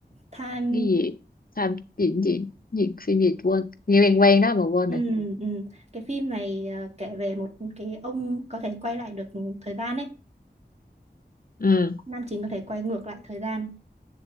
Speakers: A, on the right; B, on the left.
A: Time
B: cái gì tham gì gì gì phim gì quên nghe quen quen đó mà quên
A: ừ,
B: rồi
A: ừ. cái phim này à, kể về một cái ông có thể quay lại được thời gian ấy
B: ừ
A: nam chính có thể quay ngược lại thời gian